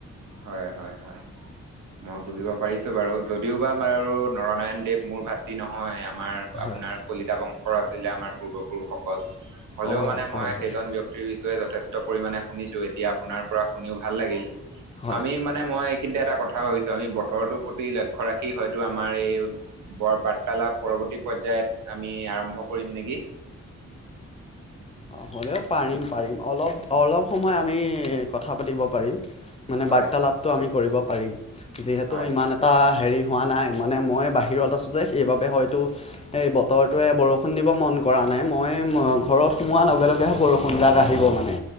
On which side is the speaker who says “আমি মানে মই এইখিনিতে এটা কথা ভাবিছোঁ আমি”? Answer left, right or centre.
Right